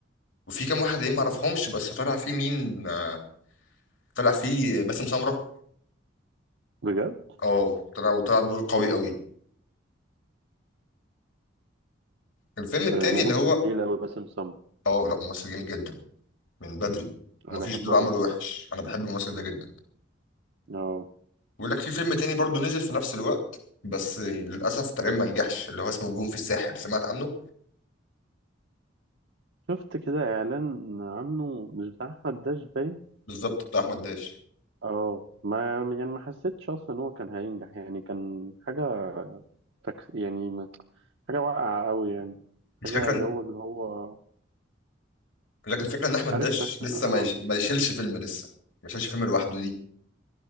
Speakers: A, on the left; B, on the right.
A: وفي كام واحد تانيين ما اعرفهمش بس طلع فيه مين آه طلع فيه باسم سمره
B: بجد
A: اه طلع وطلع بدور قوي
B: مم.
A: قوي الفيلم التاني
B: آه، ممثل
A: اللي هو
B: تقيل قوي باسم سمرة
A: اه لا ممثل جامد جدا من بدري ومفيش
B: انا بحبه
A: دور عمله
B: قوي بصراحه
A: وحش انا بحب الممثل ده جدا
B: اه
A: بيقول لك في فيلم تاني برضو نزل في نفس الوقت بس للاسف تقريبا ما نجحش اللي هو اسمه نجوم في الساحل سمعت عنه
B: شفت كده اعلان عنه مش بتاع احمد داش باين
A: بالظبط بتاع احمد داش
B: اه ما يعني ما حسيتش اصلا ان هو كان هينجح يعني كان حاجه تك... يعني ما- حاجه واقعه قوي يعني
A: الفكره
B: حاجه
A: إن-
B: جو اللي هو
A: لكن الفكره ان احمد
B: عارف
A: داش
B: اه
A: لسه ما يش- ما يشيلش فيلم لسه ما يشيلش فيلم لوحده دي